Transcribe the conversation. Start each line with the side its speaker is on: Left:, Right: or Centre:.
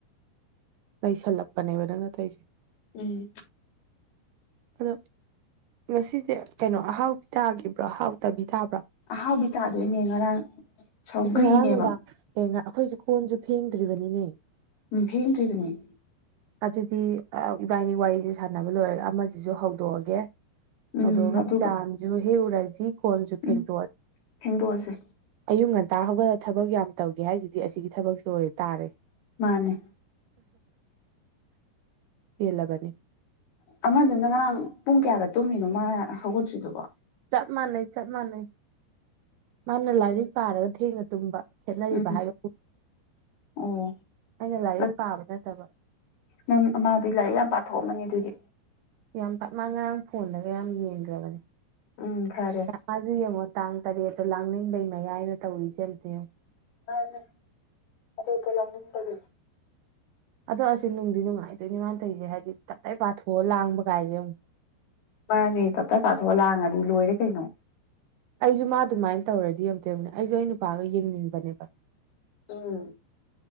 Right: ꯂꯩꯁꯜꯂꯛꯄꯅꯦꯕ ꯅꯪꯅꯠꯇꯇꯩꯁꯦ
Left: ꯎꯝ
Right: ꯑꯗꯣ ꯉꯁꯤꯁꯦ ꯀꯩꯅꯣ ꯑꯍꯥꯎꯕꯤ ꯇꯥꯒꯤꯈꯤꯕ꯭ꯔꯣ ꯑꯍꯥꯎꯇꯕꯤ ꯇꯥꯕ꯭ꯔꯥ
Left: ꯑꯍꯥꯎꯕꯤ ꯇꯥꯗꯣꯏꯅꯦ ꯉꯔꯥꯡ ꯁꯧꯒ꯭ꯔꯤꯅꯦꯕ
Right: ꯑꯁ ꯉꯔꯥꯡ ꯅꯨꯡꯗꯥꯡ ꯑꯦ ꯉ ꯑꯩꯈꯣꯏꯁꯦ ꯀꯣꯟꯁꯨ ꯐꯦꯡꯗ꯭ꯔꯤꯕꯅꯤꯅꯦ
Left: ꯎꯝ ꯐꯦꯡꯗ꯭ꯔꯤꯗꯨꯅꯦ
Right: ꯑꯗꯨꯗꯤ ꯏꯕꯥꯏꯅꯤ ꯋꯥꯔꯤꯁꯦ ꯁꯥꯟꯅꯕ ꯂꯣꯏꯔꯒ ꯑꯃꯁꯤꯁꯨ ꯍꯧꯗꯣꯛꯑꯒꯦ
Left: ꯎꯝ
Right: ꯑꯗꯨꯣꯛꯑꯒ
Left: ꯑꯗꯨꯒ
Right: ꯆꯥꯟꯁꯨ ꯍꯦꯛ ꯎꯔꯁꯤ ꯀꯣꯟꯁꯨ
Left: ꯎꯝ
Right: ꯐꯦꯡꯗꯣꯛꯑꯅꯤ
Left: ꯐꯦꯡꯗꯣꯛꯑꯁꯦ
Right: ꯑꯌꯨꯛ ꯉꯟꯇꯥ ꯍꯧꯒꯠꯂꯒ ꯊꯕꯛ ꯌꯥꯝ ꯇꯧꯒꯦ ꯍꯥꯏꯁꯤꯗꯤ ꯑꯁꯤꯒꯤ ꯊꯕꯛꯁꯨ ꯑꯣꯏꯇꯥꯥꯔꯦ
Left: ꯃꯥꯅꯦ
Right: ꯑꯦꯂꯒꯅꯤ
Left: ꯑꯃꯗꯨꯅ ꯉꯔꯥꯡ ꯄꯨꯡ ꯀꯌꯥꯗ ꯇꯨꯝꯃꯤꯅꯣ ꯃꯥ ꯍꯧꯒꯠꯇ꯭ꯔꯤꯗꯨꯕꯣ
Right: ꯆꯞ ꯃꯥꯟꯅꯩ ꯆꯞ ꯃꯥꯟꯅꯩ ꯃꯥꯅ ꯂꯥꯏꯔꯤꯛ ꯄꯥꯔꯒ ꯊꯦꯡꯉ ꯇꯨꯝꯕ ꯈꯦꯠꯅꯔꯤꯕ
Left: ꯎꯝ
Right: ꯍꯥꯏꯕꯕꯨ
Left: ꯑꯣ
Right: ꯑꯩꯅ ꯂꯥꯏꯔꯤꯛ
Left: ꯆꯠ
Right: ꯄꯥꯕ ꯅꯠꯇꯕ
Left: ꯅꯪ ꯃꯥꯗꯤ ꯂꯥꯏꯔꯤꯛ ꯌꯥꯝ ꯄꯥꯊꯣꯛꯑꯝꯃꯅꯦ ꯑꯗꯨꯗꯤ
Right: ꯌꯥꯝ ꯄꯞ ꯃꯥ ꯉꯔꯥꯡ ꯐꯣꯟꯗꯒ ꯌꯥꯝ ꯌꯦꯡꯈ꯭ꯔꯕꯅꯦ
Left: ꯎꯝ ꯐꯔꯦ
Right: ꯃꯥꯁꯨ ꯌꯦꯡꯉꯣ ꯇꯥꯡ ꯇꯔꯦꯠꯇꯣ ꯂꯥꯡꯅꯤꯡꯕꯩ ꯃꯌꯥꯏꯗ ꯇꯧꯔꯤꯁꯦꯝꯇꯡꯣ
Left: ꯅ ꯑꯔ ꯑꯣꯏ ꯇꯣꯂꯪ ꯀꯅꯤ
Right: ꯑꯗꯣ ꯑꯁꯤꯁ ꯅꯨꯡꯗꯤ ꯅꯨꯡꯉꯥꯏꯗꯣꯏꯅꯦ ꯃꯥꯥꯟ ꯇꯧꯁꯦ ꯍꯥꯏꯗꯤ ꯇꯠꯂꯩ ꯄꯥꯊꯣꯛꯑ ꯂꯥꯡꯕ ꯀꯥꯏꯁꯦ ꯑꯃꯨꯛ
Left: ꯃꯥꯅꯦ ꯇꯞꯇꯥ ꯄꯥꯊꯣꯛꯑ ꯂꯥꯡꯉꯗꯤ ꯂꯣꯏꯔꯦ ꯀꯩꯅꯣ
Right: ꯑꯩꯁꯨ ꯃꯥ ꯑꯗꯨꯃꯥꯏꯅ ꯇꯧꯔꯗꯤ ꯌꯝꯗꯦꯕꯅꯦ ꯑꯩꯁꯨ ꯑꯩ ꯅꯨꯄꯥꯒ ꯌꯦꯡꯅꯤꯡꯕꯅꯦꯕ
Left: ꯎꯝ